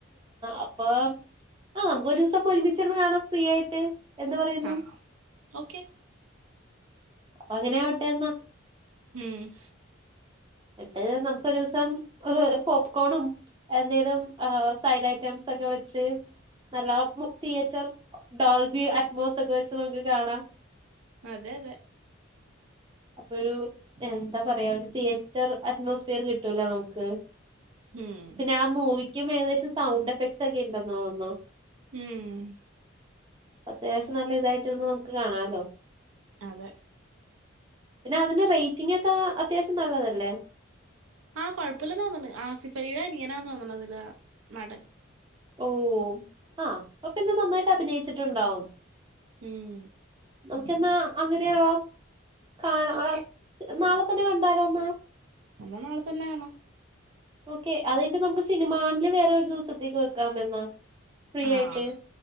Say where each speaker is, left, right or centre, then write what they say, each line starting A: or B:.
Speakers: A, on the right; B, on the right.
A: അപ്പം ആഹ് നമ്ക്കൊരു ദൂസം ഒരുമിച്ചിരുന്നു കാണാം ഫ്രീ ആയിട്ട് എന്ത് പറയുന്നു
B: ഹാ ഓക്കെ
A: പ്പ അങ്ങനെ ആവട്ടെ ന്നാ
B: ഉം
A: ന്ന്ട്ട് നമുക്ക് ഒരൂസം രു പോപ്കോണും എന്തേലും ആ സൈഡ് ഐറ്റംസ് ഒക്കെ വെച്ച് നല്ല മു തിയേറ്റർ ഡോൾബി അറ്റ്മോസ് ഒക്കെ വെച്ച് നമുക്ക് കാണാം.
B: അതെ അതെ
A: അപ്പൊ ഒരു എന്താ പറയാ ഒരു തിയേറ്റർ അറ്റ്മോസ്ഫിയറ് കിട്ടൂല്ലോ നമുക്ക്
B: ഉം
A: പിന്നെ ആ മൂവിക്കും ഏകദേശം സൗണ്ട് എഫക്ട്സ് ഒക്കെ ഇണ്ടന്ന് തോന്നുന്നു
B: ഉം
A: അത്യാവശ്യം നല്ല ഇതായിട്ടിരുന്ന് നമുക്ക് കാണാല്ലോ
B: അതെ
A: പിന്നെ അതിന്റെ റേറ്റിങ് ഒക്കെ അത്യാവശ്യം നല്ലതല്ലേ?
B: ആഹ് കൊഴപ്പല്ലെന്ന് തോന്നണ്. ആസിഫലീടെ അനിയനാന്ന് തോന്നണ് അതിലെ നടൻ
A: ഓഹ് ആ അപ്പ പിന്നെ നന്നായിട്ട് അഭിനയിച്ചിട്ടുണ്ടാവും
B: ഉം
A: നമുക്ക് എന്നാ അങ്ങനെയാവാം കാണാ
B: ഓക്കെ
A: ആഹ്ച് നാളെ തന്നെ കണ്ടാലോ അന്നാ
B: അന്നാ നാളെ തന്നെ കാണാം
A: ഓക്കെ അത് കഴിഞ്ഞിട്ട് നമ്മക്ക് സിനിമാ കാണല് വേറെ ഒരു ദൂസത്തേക്ക് വെക്കാം എന്നാ ഫ്രീ
B: ആഹ്
A: ആയിട്ട്